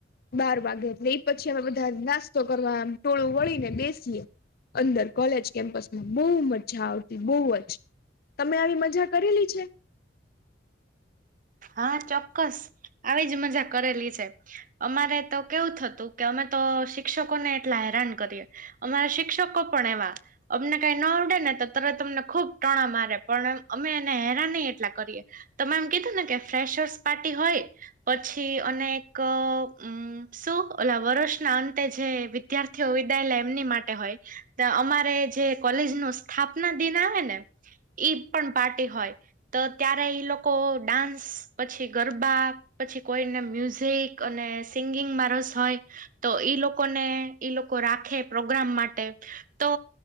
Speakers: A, on the left (about 55°); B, on the right (about 45°).
A: બાર વાગે એટલે ઈ પછી અમે બધા નાસ્તો કરવા ટોળું વળી ને બેસીએ. અંદર કોલેજ કેમ્પસમાં બહુ મજા આવતી, બહુ જ. તમે આવી મજા કરેલી છે?
B: હા ચોક્કસ. આવી જ મજા કરેલી છે. અમારે તો કેવું થતું કે અમે તો શિક્ષકોને એટલા હેરાન કરીએ. અમારા શિક્ષકો પણ એવા અમને કાંઈ ન આવડે ને તો તરત અમને ખુબ ટણા મારે. પણ અમે એને હેરાને એટલા કરીએ. તમે એમ કીધું ને કે ફ્રેશર્સ પાર્ટી હોય. પછી અનેક અમ શું ઓલા વર્ષના અંતે જે વી વિદ્યાર્થીઓ વિદાય લે એમની માટે હોય. તો અમારે જે કોલેજનો સ્થાપના દિન આવે ને. ઈ પણ પાર્ટી હોય તો ત્યારે ઈ લોકો ડાન્સ, પછી ગરબા પછી કોઈને મ્યુઝિક અને સિંગિંગમાં રસ હોય. તો ઈ લોકોને ઈ લોકો રાખે પ્રોગ્રામ માટે. તો